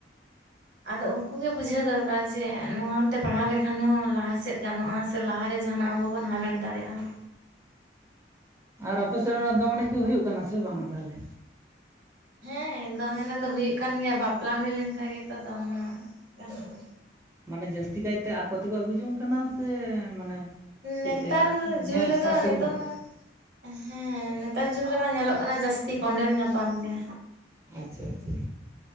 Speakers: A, on the right (about 75°); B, on the right (about 15°).
A: ᱟᱫᱚ ᱩᱱᱠᱩ ᱜᱮ ᱵᱩᱡᱷᱟᱹᱣ ᱫᱚᱨᱠᱟᱨ ᱡᱮ ᱱᱚᱣᱟᱛᱮ ᱯᱟᱲᱦᱟᱣ ᱞᱮᱠᱷᱟᱱ ᱦᱚᱸ ᱞᱟᱦᱟ ᱥᱮᱫ ᱜᱟᱱᱚᱜᱼᱟ ᱥᱮ ᱞᱟᱦᱟᱨᱮ ᱡᱟᱦᱟᱱᱟᱜ ᱟᱵᱚᱵᱚᱱ ᱦᱟᱢᱮᱴ ᱫᱟᱲᱮᱭᱟᱜᱼᱟ
B: ᱟᱨ ᱟᱯᱮ ᱥᱮᱫ ᱨᱮᱱᱟᱜ ᱫᱚᱝ ᱮᱱᱮᱡ ᱠᱚ ᱦᱩᱭᱩᱜ ᱠᱟᱱᱟ ᱥᱮ ᱵᱟᱝᱟ ᱛᱟᱦᱞᱮ
A: ᱦᱮᱸ ᱫᱚᱝ ᱮᱱᱮᱡ ᱫᱚ ᱦᱩᱭᱩᱜ ᱠᱟᱱ ᱜᱮᱭᱟ ᱵᱟᱯᱞᱟ ᱦᱩᱭ ᱞᱮᱱᱠᱷᱟᱱ ᱜᱮᱛᱚ ᱫᱚᱝ ᱜᱟᱱᱚᱜᱼᱟ
B: ᱢᱟᱱᱮ ᱡᱟᱹᱥᱛᱤ ᱠᱟᱭᱛᱮ ᱟᱠᱚ ᱛᱮᱠᱚ ᱟᱹᱜᱩ ᱡᱚᱝ ᱠᱟᱱᱟ ᱥᱮ ᱢᱟᱱᱮ ᱪᱮᱫ
A: ᱱᱮᱛᱟᱨ
B: ᱠᱚ ᱞᱟᱹᱭᱟ ᱧᱮᱞ
A: ᱡᱩᱜᱽ ᱨᱮᱫᱚ
B: ᱥᱟᱨ ᱥᱟᱹᱜᱩᱱ
A: ᱱᱤᱛᱚᱜ
B: ᱠᱟᱛᱮᱫ?
A: ᱢᱟ ᱦᱮᱸ ᱱᱮᱛᱟᱨ ᱡᱩᱜᱽ ᱨᱮᱢᱟ ᱧᱮᱞᱚᱜ ᱠᱟᱱᱟ ᱡᱟᱹᱥᱛᱤ ᱠᱚᱸᱰᱮᱞ ᱧᱟᱯᱟᱢ ᱜᱮ
B: ᱟᱪᱪᱷᱟ ᱟᱪᱪᱷᱟ